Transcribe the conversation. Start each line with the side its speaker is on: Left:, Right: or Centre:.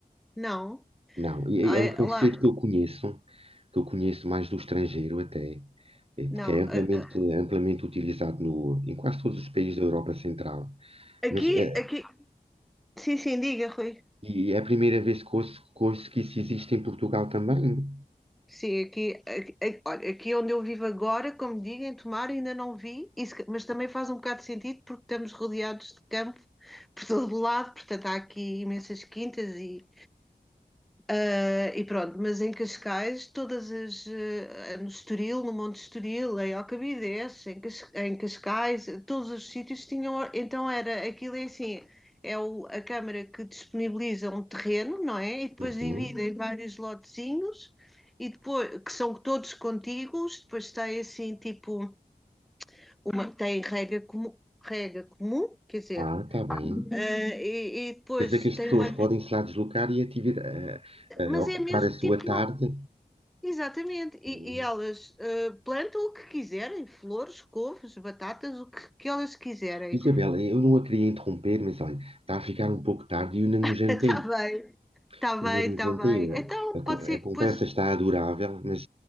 Centre: Não,
Right: Não, é,
Centre: ai,
Right: é um conceito
Centre: lá,
Right: que eu conheço, que eu conheço mais do estrangeiro até, é porque
Centre: não.
Right: é amplamente,
Centre: a- a-
Right: amplamente utilizado no, em quase todos os países da Europa Central.
Centre: Aqui,
Right: Mas é,
Centre: aqui, sim, sim, diga, Rui.
Right: e é a primeira vez que ouço, que ouço que isso existe em Portugal também.
Centre: Sim, aqui, aqui, aqui- olha, aqui onde eu vivo agora, como digo, em Tomar, ainda não vi, isso se mas também faz um bocado de sentido porque estamos rodeados de campo por todo lado, portanto há aqui imensas quintas e Ah, e pronto, mas em Cascais, todas as. eh, no Estoril, no Monte Estoril, em Alcabides, em, Cas- em Cascais, todos os sítios tinham. Então era aquilo é assim: é o- a Câmara que disponibiliza um terreno, não é? E depois
Right: Uhum.
Centre: divide em vários lotezinhos. E depois, que são todos contíguos, depois tem assim, tipo, uma, tem rega comum, rega comum, quer dizer,
Right: Ah, está bem.
Centre: ah, e, e depois
Right: Quer dizer que as
Centre: tem
Right: pessoas
Centre: uma,
Right: podem se lá deslocar e ativi- a-
Centre: mas
Right: a ocupar
Centre: é mesmo
Right: a sua
Centre: tipo
Right: tarde.
Centre: Exatamente, e,
Right: Hum.
Centre: e elas eh, plantam o que quiserem, flores, couves, batatas, o que, que elas quiserem.
Right: Isabela, eu não a queria interromper, mas olha, está a ficar um pouco tarde e eu ainda não
Centre: <laughs>
Right: jantei.
Centre: Está bem, está bem,
Right: Ainda não
Centre: está
Right: jantei.
Centre: bem. Então
Right: A,
Centre: pode
Right: co-
Centre: ser
Right: a
Centre: que
Right: conversa
Centre: depois.
Right: está adorável, mas